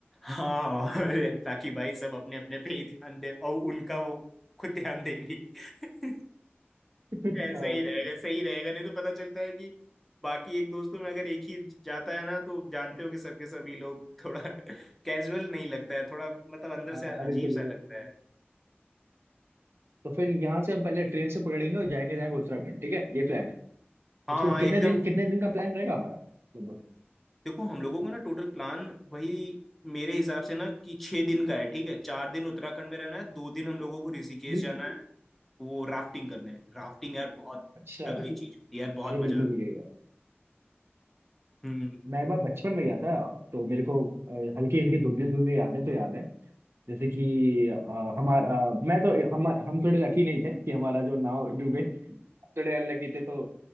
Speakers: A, in the centre; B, on the right.
A: हाँ अरे, ताकि भाई सब अपने अपने पे ही ध्यान दे और उनका वो खुद ध्यान देंगी <laughs>
B: हाँ
A: ऐसा ही रहेगा सही रहेगा नहीं तो पता चलता है कि बाकी एक दोस्तों में अगर एक ही जाता है ना तो जानते हो कि सबके सभी लोग थोड़ा <laughs> कैजुअल नहीं लगता है थोड़ा मतलब अंदर
B: हाँ
A: से
B: हाँ,
A: अजीब
B: बिल्कुल
A: सा लगता है
B: तो फिर यहाँ से हम पहले ट्रेन से पकड़ेंगे और जाएंगे जाएंगे उत्तराखंड ठीक है ये प्लान है
A: हाँ
B: उसके
A: हाँ
B: बाद कितने
A: एकदम
B: दिन कितने दिन का प्लान रहेगा हमारा लगभग
A: देखो हम लोगों का ना टोटल प्लान वही मेरे हिसाब से ना कि छह दिन का है ठीक है चार दिन उत्तराखंड में रहना है दो दिन हम लोगों को ऋषिकेश
B: बिल्कुल
A: जाना है वो राफ्टिंग करने राफ्टिंग यार बहुत
B: अच्छा
A: तगड़ी चीज होती है यार बहुत
B: अरे बिल्कुल
A: मजा आता
B: भी गएगा
A: हम्म
B: मैं एक बार बचपन में गया था तो मेरे को हल्की
A: है।
B: हल्की धुंधली धुंधली यादें तो याद है जैसे कि अ, हमारा अ, मैं तो हम हम थोड़े लकी नहीं थे कि हमारा जो नाव डूबे थोड़े अनलकी थे तो